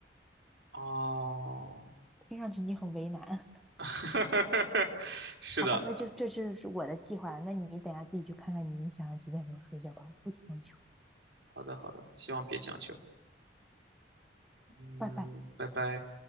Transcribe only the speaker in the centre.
听上去你很为难，
<laughs>
好吧？那就这是我的计划，那你等下自己去看看你想要几点钟睡觉吧，我不强求。
拜拜。